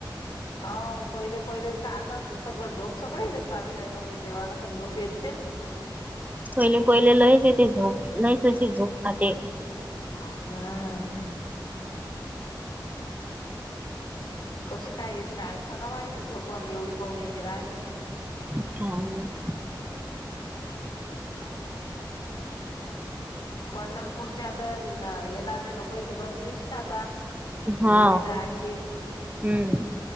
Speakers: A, on the left; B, on the right.
A: हाव पहिले पहिलेस का य आताच सगळं झोप सगळे येलेस लावेला आहे देवानां पण झोप येतेच.
B: पहिले पहिले लयेच येते झोप नाही चशी झोप आते.
A: हम्म कशी काय येते काय सांगा मा हे झोपण एवढी कौन येते काय माईत.
B: काय माईत.
A: पंढरपूरच्या तर येणाऱ्या लोकांची गर्दी येशीन आता.
B: हा
A: घरी जायची,
B: हम्म